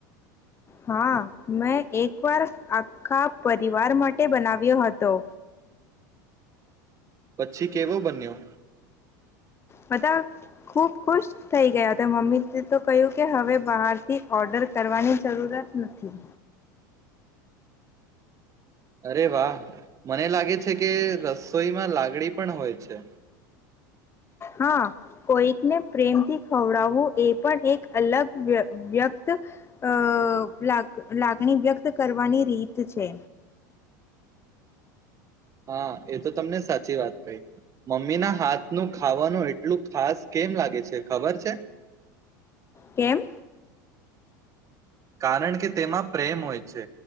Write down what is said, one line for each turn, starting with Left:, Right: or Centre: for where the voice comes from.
Left: હા, મેં એક વાર આખ્ખા પરિવાર માટે બનાવ્યો હતો.
Right: પછી કેવો બન્યો?
Left: બધા ખૂબ ખુશ થઈ ગયા હતા. મમ્મી તી તો કહ્યું કે હવે બહારથી ઓર્ડર કરવાની જરૂરત નથી.
Right: અરે વાહ! મને લાગે છે કે રસોઈમાં લાગણી પણ હોય છે.
Left: હા, કોઈકને પ્રેમથી ખવડાવવું એ પણ એક અલગ વ્ય-વ્યક્ત અહ લાગ-લાગણી વ્યક્ત કરવાની રીત છે.
Right: હા, એ તો તમને સાચી વાત કહી. મમ્મીના હાથનું ખાવાનું એટલું ખાસ કેમ લાગે છે, ખબર છે?
Left: કેમ?
Right: કારણ કે તેમાં પ્રેમ હોય છે.